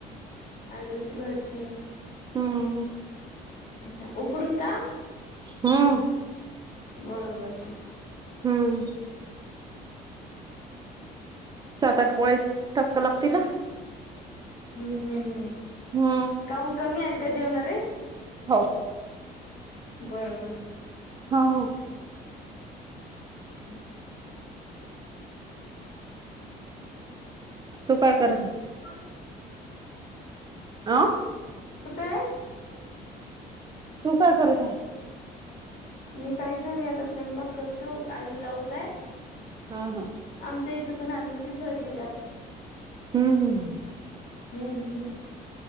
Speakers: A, on the left; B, on the right.
A: आलूची भाजी
B: हम्म हम्म
A: अच्छा उकडून का
B: हम्म
A: बरोबर
B: हम्म सात आठ पोळ्याच टाका लागतील ना?
A: हम्म हम् हम्
B: हम्म
A: काहूंन कमी आहेत का जेवणारे
B: हो
A: बरं बरं
B: हाव
A: अच्छा
B: तू काय करत हे
A: <unintelligible>
B: अं
A: कुठे
B: तू काय करत आहे
A: मी काहीच नाही मी आता स्वयंपाक करतो आलू लावतं आहे
B: हा हा
A: आमच्या इथं पण आलूचीच भाजी हे आज
B: हम्म हम्म हं
A: हम्म हम्म